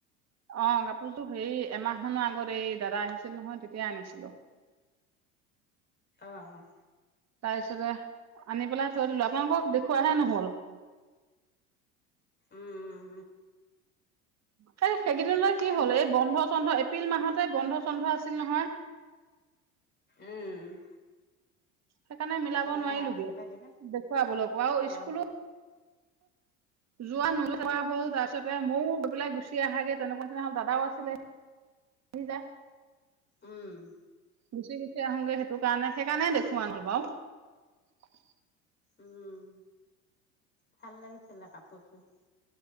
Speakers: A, on the right (about 40°); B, on the left (about 25°).
A: অ কাপোৰযোৰ হেৰি এমাহ মানৰ আগত এই দাদা আহিছিল নহয় তেতিয়া আনিছিলো।
B: অ'
A: তাৰ পিছতে আনি পেলাই থৈ দিলো আপোনালোকক দেখুৱাহে নহ'ল। <inaudible>
B: উম
A: হেয় সেইকেইদিন মানে
B: উম
A: কি হ'ল এই বন্ধ-চন্ধ এ এপ্ৰিল মাহতে বন্ধ-চন্ধ আছিল নহয়
B: উম
A: সেইকাৰণে মিলাব
B: বন্ধা
A: নোৱাৰিলোগে
B: আছিলে কিবা
A: দেখুৱাবলৈকো আৰু
B: অ
A: স্কুলো যোৱা নোযোৱা হ'ল তাৰপিছতে ময়ো গৈ পেলাই গুচি আহাগে তেনেকুৱা নিচিনা হ'ল দাদাও আছিলে আহি যা
B: উম
A: গুচি গুচি আহোংগে সেইটো কাৰণে সেইকাৰণে দেখুৱা নহ'ল বাৰু
B: উম, ভাল লাগিছিলে কাপোৰযোৰ